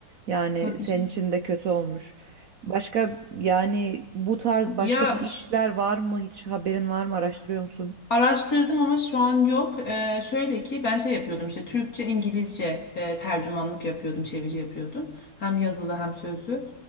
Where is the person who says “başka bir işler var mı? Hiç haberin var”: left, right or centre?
Right